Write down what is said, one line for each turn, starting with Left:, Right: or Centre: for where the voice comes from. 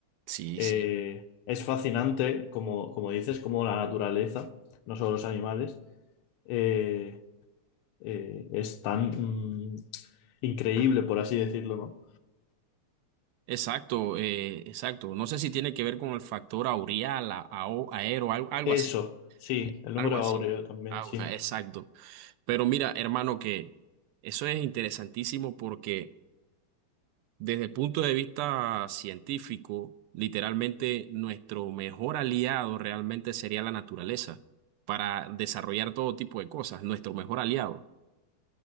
Right: Sí,
Left: Eh,
Right: sí.
Left: es fascinante, como, como dices, cómo la naturaleza, no solo los animales, eh, eh, es tan mm, increíble, por así decirlo, ¿no?
Right: Exacto, eh, exacto. No sé si tiene que ver con el factor aureal, a- ao- aero, algo, algo
Left: Eso,
Right: así,
Left: sí, el número
Right: algo así.
Left: áureo también,
Right: Au-
Left: sí.
Right: ah, exacto. Pero mira, hermano, que eso es interesantísimo porque Desde el punto de vista científico, literalmente nuestro mejor aliado realmente sería la naturaleza para desarrollar todo tipo de cosas, nuestro mejor aliado,